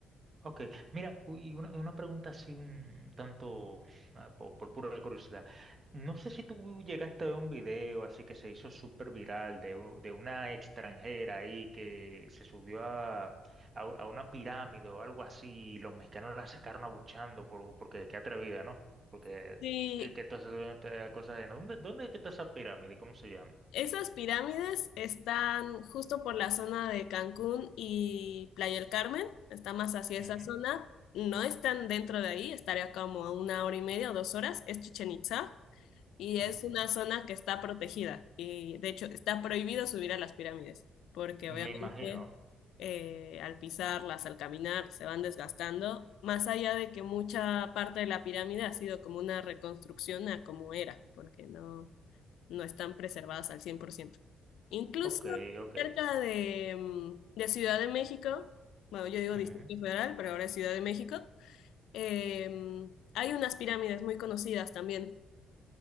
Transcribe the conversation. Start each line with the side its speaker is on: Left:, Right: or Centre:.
Right: Ok, mira, u- y una, una pregunta así un tanto ah, po- por, pura curiosidad. No sé si tú llegaste a ver un video así que se hizo súper viral de, u- de una extranjera ahí que se subió a, a, u- a una pirámide o algo así y los mexicanos la sacaron abuchando por, porque qué atrevida, ¿no? Porque
Left: Sí,
Right: que, que tú haces cosas de ¿no? ¿dónde, dónde es que está esa pirámide? ¿Cómo se llama?
Left: esas pirámides están justo por la zona de Cancún y Playa del Carmen, está más hacia
Right: Ujú,
Left: esa zona. No están dentro de ahí, estaría como a una hora y media o dos horas, es Chichen Itzá. Y
Right: ujú.
Left: es una zona que está protegida y de hecho está prohibido subir a las pirámides porque
Right: Me
Left: obviamente
Right: imagino.
Left: eh, al pisarlas, al caminar, se van desgastando, más allá de que mucha parte de la pirámide ha sido como una reconstrucción a como era, porque no, no están preservadas al cien por ciento Incluso
Right: Ok, ok.
Left: cerca de, mm, de Ciudad de México, bueno, yo digo
Right: Ujú,
Left: Distrito Federal, pero ahora es Ciudad de México, em, hay unas pirámides muy conocidas también